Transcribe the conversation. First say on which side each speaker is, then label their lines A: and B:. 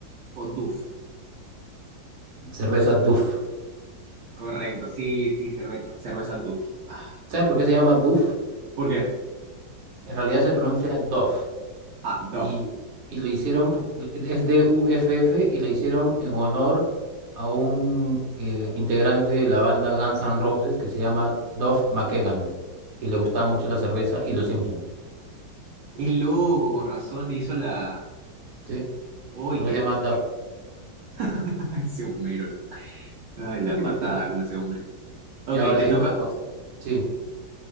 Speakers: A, on the right; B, on the right.
A: o Duff?
B: Cerveza Duff.
A: Correcto, sí, sí, cerveza, cerveza Duff. Ah,
B: ¿Sabes por qué se llama Duff?
A: ¿por qué?
B: En realidad se pronuncia Duff.
A: Ah, Duff.
B: y, y le hicieron, po- es de UFF y le hicieron en honor a un eh, integrante de la banda Guns N' Roses que se llama Duff McKagan, que le gustaba mucho la cerveza y los Simpsons.
A: Es loco, con razón le hizo la...
B: ¿Sí?
A: Uy,
B: por
A: qué,
B: eso se llama
A: qué-
B: Duff.
A: qué- <laughs> ese Homero, la... Ay, la
B: <laughs>
A: patada
B: Lo muero.
A: con ese hombre. Ok,
B: Y ahora
A: te
B: dime
A: toca.
B: una cosa. Sí.